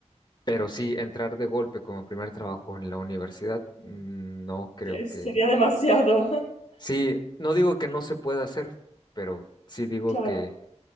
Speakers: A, on the left (about 40°); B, on the left (about 75°).
A: Pero sí, entrar de golpe como primer trabajo en la universidad, mm, no creo
B: es-
A: que...
B: sería demasiado. <laughs>
A: Sí, no digo que no se pueda hacer, pero sí digo
B: Claro.
A: que